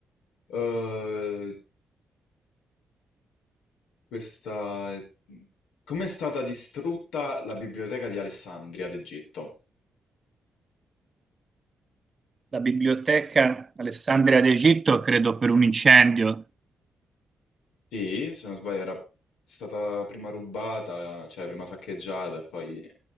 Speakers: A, on the left; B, on the right.
A: Ehm, Questa... Come è stata distrutta la biblioteca di Alessandria d'Egitto?
B: La biblioteca Alessandria d'Egitto, credo, per un incendio.
A: Sì, se non sbaglio era stata prima rubata, cioè prima saccheggiata e poi...